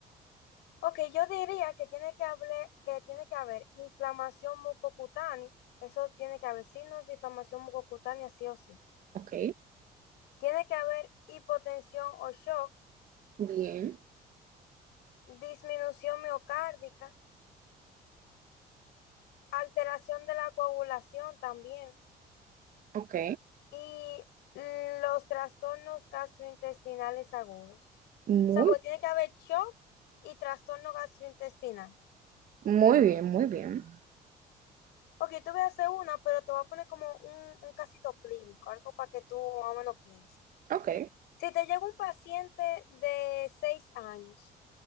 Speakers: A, on the left (about 85°); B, on the right (about 55°).
A: Ok, yo diría que tiene que hable- que tiene que haber inflamación mucocutánea, eso tiene que haber signos de inflamación mucocutánea sí o sí.
B: Ok,
A: Tiene que haber hipotensión o shock,
B: bien,
A: disminución miocárdica, alteración de la coagulación también
B: ok,
A: y los trastornos gastrointestinales agudos.
B: muy,
A: O sea, porque tiene que haber shock y trastorno gastrointestinal.
B: muy bien, muy bien,
A: Ok, tú voy a hacer una, pero te voy a poner como un, un casito clínico, algo para que tú más o menos pienses.
B: ok.
A: Si te llega un paciente de 6 años,